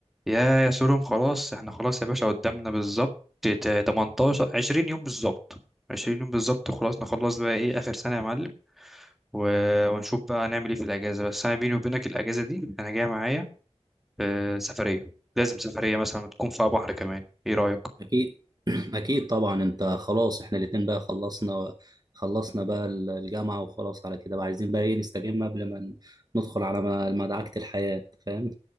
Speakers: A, in the centre; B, on the right.
A: يا يا سولهم خلاص احنا خلاص يا باشا قدامنا بالظبط تا- 18 20 يوم بالظبط 20 يوم بالظبط وخلاص نخلص بقى ايه اخر سنة يا معلم و- ونشوف بقى هنعمل ايه في الاجازة بس انا بيني وبينك الاجازة دي انا جاي معايا آه، سفرية لازم سفرية مثلا تكون فيها بحر كمان ايه رأيك
B: أكيد <clears throat> أكيد طبعا أنت خلاص إحنا الاتنين بقى خلصنا خلصنا بقى الجامعة وخلاص على كده بقى عايزين بقى إيه نستجم قبل ما ندخل على م- مدعكة الحياة فاهم